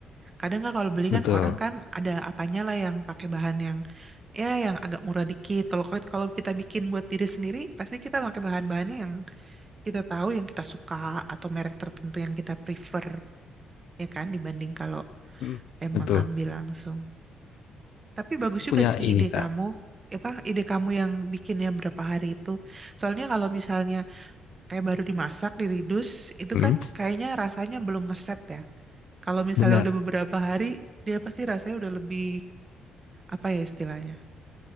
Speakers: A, on the right (about 30°); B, on the left (about 80°).
A: Kadang nggak kalau beli
B: Betul.
A: kan orang kan ada apanya lah yang pakai bahan yang ya yang agak murah dikit. Kalau kalau kita bikin buat diri sendiri, pasti kita pakai bahan-bahannya yang kita tahu, yang kita suka atau merek tertentu yang kita prefer ya kan dibanding kalau
B: Hmm,
A: emang
B: betul.
A: ngambil langsung. Tapi bagus
B: Aku tuh
A: juga
B: punya
A: sih
B: ini
A: ide
B: Kak.
A: kamu. Apa ide kamu yang bikinnya berapa hari itu? Soalnya kalau misalnya kayak baru dimasak, diridus, itu
B: Hmm,
A: kan kayaknya rasanya belum ngeset ya. Kalau misalnya
B: benar.
A: udah beberapa hari, dia pasti rasanya udah lebih, apa ya istilahnya,